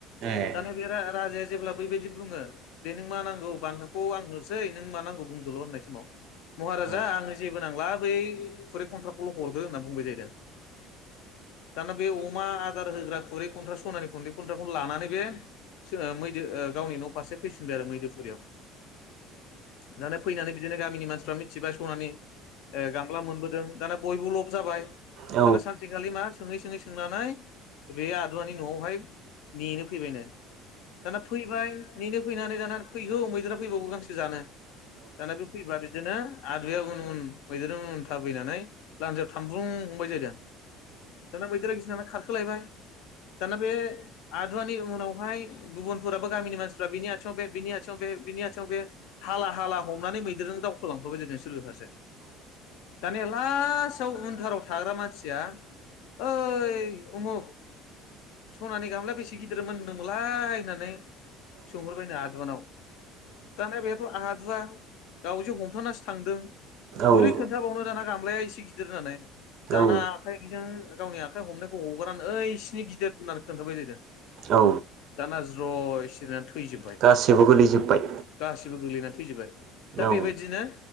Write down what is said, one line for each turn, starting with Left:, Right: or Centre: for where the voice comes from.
Right: ए
Left: दाना बे रा राजाया जेब्ला बेैबायदि बुङो दे नों मा नांगौ बान्थाखौ आं होनोसै नों मा नांगौ बुंदोल' होननाय समाव महाराजा
Right: औ
Left: आंनो जेबो नांला बै खुरै खन्थ्राखौल' हरदो होनना बुंबाय जाहैदों। दाना बे अमा दार होग्रा खुरै खन्थ्रा स'नानि <unintelligible> <unintelligible> लानानै बे सो ओ मैदो ओ गावनि न'फारसे फैफिनबाय आरो मैदोफुरियाव। दानो फैनानै बिदिनो गामिनि मानसिफ्रा मिथिबाय स'नानि ओ गामला मोनबोदों। दाना बयबो लब जाबाय
Right: औ
Left: दाना सानसेखालि मा सोङै सोङै सोंनानै बे आदुवानि न'आवहाय नेनो फैबायनो। दाना फैबाय नेनो फैनानै दाना फैगौ मैदेरा फैबावगौ गांसो जानो। दाना बे फैबा बिदोनो आदुवाया उन उन मैदेरजों उन थाबैनानै लान्जायाव थामब्रुं हमबाय जाहैदों। दाना मैदेर गिनानै खार सोलायबाय दाना बे आदुवानि उनावहाय गुबुनफोराबो गामिनि मानसिफ्रा बिनि आथिङाव बे बिनि आथिङाव बे बिनि आथिङाव बे हाला हाला हमनानै मैदेरजों दावखोलांफाबाय जायदो <unintelligible> दानिया ला फास आव उन्थाराव थाग्रा मानसिया ओइ उमुक स'नानि गामलाया बे थि गिदिर मोनदोमोलाय होननानै सोंहरबायनो आदुवानाव दानोबेथ' आहा दुवा गावजों हमथानासो थांदों
Right: औ
Left: बोरै खोन्थाबावनो दाना गामलाया एसे गिदिर होननानै दाना
Right: औ
Left: आखाइजों गावनि आखाइ हमनायखौ हगारनानै ओइ सिनि गिदिर होननानै खोन्थाबाय जाहैदों।
Right: औ
Left: दाना ज्रय सिरिना थु थैजोबबाय
Right: गासैबो गोलैजोब्बाय
Left: गासिबो गोग्लैना थैजोबबाय दा
Right: औ
Left: बेबायदिनो